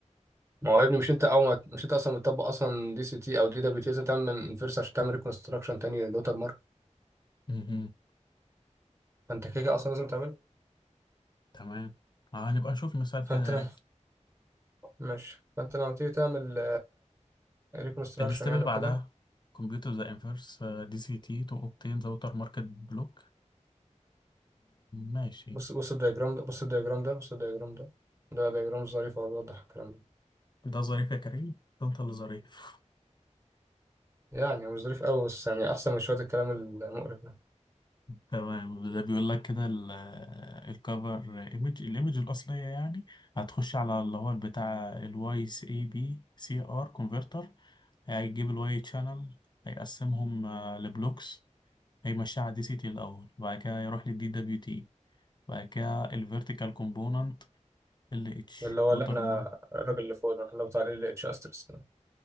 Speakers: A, on the right; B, on the left.
A: ما هو يا ابني مش انت او ما مش انت اصلا بتطبق اصلا دي سي تي او دي دبليو تي لازم تعمل انفرس عشان تعمل ريكونستراكشن تاني للوتر مارك
B: مهم.
A: فانت كده كده اصلا لازم تعمله
B: تمام آه، هنبقى نشوف مثال
A: فانت
B: كده يا
A: لو
B: ريت
A: ماشي فانت لما تيجي تعمل ريكونستراكشن
B: الستيب
A: يعني
B: اللي
A: وكده
B: بعدها كمبيوتر ذا انفرس دي سي تي تو اوبتين ذا ووتر ماركت بلوك ماشي
A: بص بص الدياجرام ده بص الدياجرام ده بص الدياجرام ده ده دياجرام ظريف هو بيوضح الكلام ده
B: ده ظريف يا كريم ده انت اللي ظريف
A: يعني مش ظريف قوي بس يعني احسن من شويه الكلام المقرف ده
B: تمام ده بيقول لك كده ال- الكفر ايمج الايمج الاصليه يعني هتخش على اللي هو البتاع الواي اي بي سي ار كونفرتر هيجيب الواي شانل هيقسمهم آه، لبلوكس هيمشيها على دي سي تي الاول وبعد كده يروح للدي دبليو تي وبعد كده الفيرتيكال كومبوننت ال اتش
A: اللي هو
B: ووتر
A: اللي احنا
B: مارك
A: الراجل اللي فوق ده احنا بتاع ال اتش استرس ده.